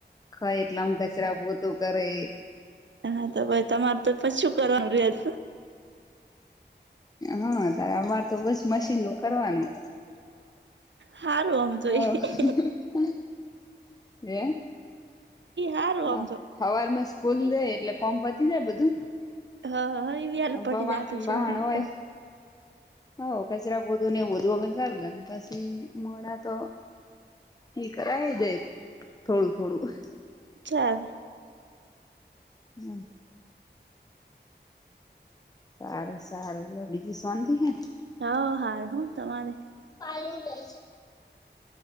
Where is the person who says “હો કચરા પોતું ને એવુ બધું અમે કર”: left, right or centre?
Left